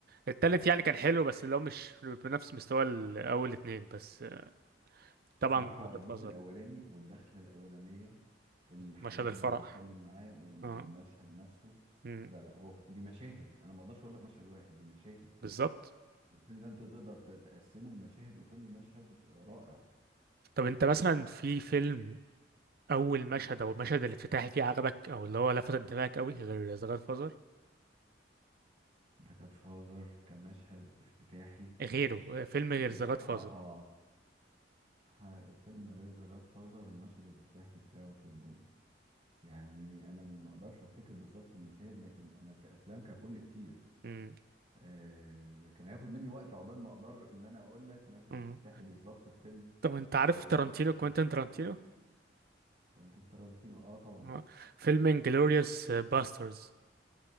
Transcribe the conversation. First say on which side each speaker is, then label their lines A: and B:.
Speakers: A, on the right; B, on the right.
A: التالت يعني كان حلو بس اللي هو مش بنفس مستوى الاول اتنين بس آه، طبعا
B: بصراحة
A: جاد
B: الجزء
A: فازر
B: الأولاني والدخلة الأولانية الحنوتة
A: مشهد الفرح
B: لما بيتكلم معاه وال-
A: اه
B: والمشهد نفسه
A: مم،
B: لا لا هو دي مشاهد أنا ما أقدرش أقول لك مشهد واحد دي مشاهد
A: بالظبط
B: الفيلم ده أنت تقدر ت- تقسمه لمشاهد وكل مشهد رائع
A: طب انت مثلا في فيلم اول مشهد او المشهد الافتتاحي فيه عجبك او اللي هو لفت انتباهك قوي غير ذا جاد فازر
B: ده كانت فازر كمشهد افتتاحي
A: غيره فيلم غير
B: بت...
A: ذا جاد فازر
B: اه اه ح- فيلم غير ذا جاد فازر المشهد الافتتاحي بتاعه شدني يعني أنا ما أقدرش أفتكر بالظبط المشاهد لكن أنا كأفلام ككل كتير
A: امم
B: آه، لكن هياخد مني وقت عقبال ما اقدر ان انا اقول لك مشهد
A: امم
B: افتتاحي بالظبط في فيلم
A: طب انت عارف
B: آه،
A: تارانتينو
B: جذبني
A: كوينتين
B: جدا
A: تارانتينو
B: كوينتين ترنتينو اه طبعا
A: آه. فيلم انجلوريوس باسترز